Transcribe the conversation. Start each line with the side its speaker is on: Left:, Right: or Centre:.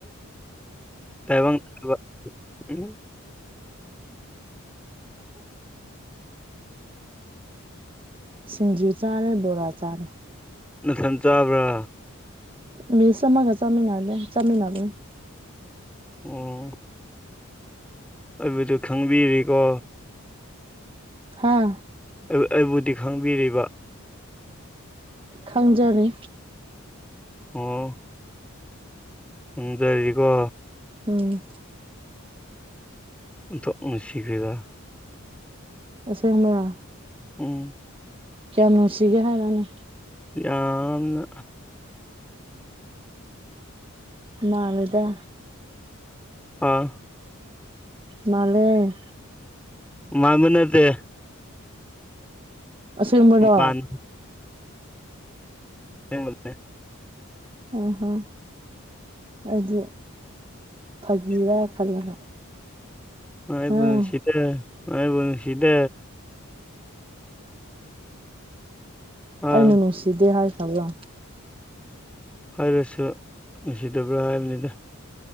Centre: ꯇꯥꯏꯕꯪ ꯍꯥꯏꯕ ꯎꯝ
Right: ꯁꯤꯡꯖꯨ ꯆꯥꯔꯦ ꯕꯣꯔꯥ ꯆꯥꯔꯦ
Centre: ꯅꯊꯟ ꯆꯥꯕ꯭ꯔꯥ
Right: ꯃꯤꯁ ꯑꯃꯒ ꯆꯥꯃꯤꯟꯅꯗꯦ ꯆꯥꯠꯃꯤꯟꯅꯕꯅꯦ
Centre: ꯑꯣ ꯑꯩꯕꯨꯗꯨ ꯈꯪꯕꯤꯔꯤꯀꯣ
Right: ꯍꯥꯥ
Centre: ꯑꯩꯕꯨ ꯑꯩꯕꯨꯗꯤ ꯈꯪꯕꯤꯔꯤꯕ
Right: ꯈꯪꯖꯔꯤ
Centre: ꯑꯣ ꯈꯪꯖꯔꯤꯀꯣ
Right: ꯎꯝ
Centre: ꯑꯣꯟꯊꯣꯛ ꯅꯨꯡꯁꯤꯈꯔꯦꯗ
Right: ꯑꯁꯦꯡꯕꯔꯥ
Centre: ꯎꯝ
Right: ꯀꯌꯥꯝ ꯅꯨꯛꯁꯤꯒꯦ ꯍꯥꯏꯔꯣꯅꯦ
Centre: ꯌꯥꯝꯅ
Right: ꯃꯥꯂꯦꯗ
Centre: ꯑꯥ
Right: ꯃꯥꯂꯦ
Centre: ꯃꯥꯟꯕ ꯅꯠꯇꯦ
Right: ꯑꯁꯦꯡꯕꯔꯣ
Centre: ꯅꯨꯡꯁꯤꯗꯦ <inaudible>
Right: ꯍꯣꯏ ꯍꯣꯏ ꯑꯗꯤ ꯐꯒꯤꯔꯥ ꯈꯜꯂꯒ
Centre: ꯅꯣꯏ ꯑꯩꯕꯨ
Right: ꯑꯥ
Centre: ꯅꯨꯡꯁꯤꯗꯦ ꯅꯣꯏ ꯑꯩꯕꯨ ꯅꯨꯡꯁꯤꯗꯦ ꯑꯥ
Right: ꯑꯩꯅ ꯅꯨꯡꯁꯤꯗꯦ ꯍꯥꯏꯈ꯭ꯔꯕ
Centre: ꯍꯥꯏꯔꯁꯨ ꯅꯨꯡꯁꯤꯗꯕ꯭ꯔꯥ ꯍꯥꯏꯕꯅꯤꯗ